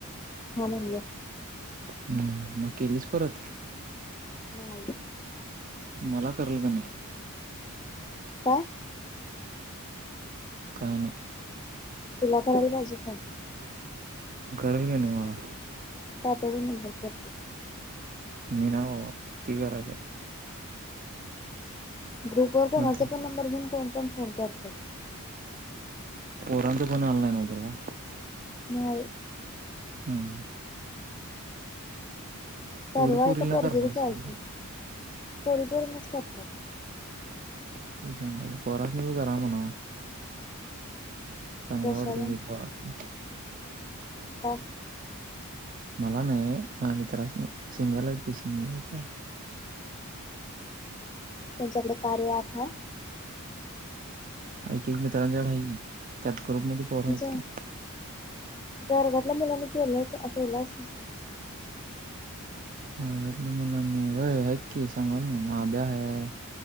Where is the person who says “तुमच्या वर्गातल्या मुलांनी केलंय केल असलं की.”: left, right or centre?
Left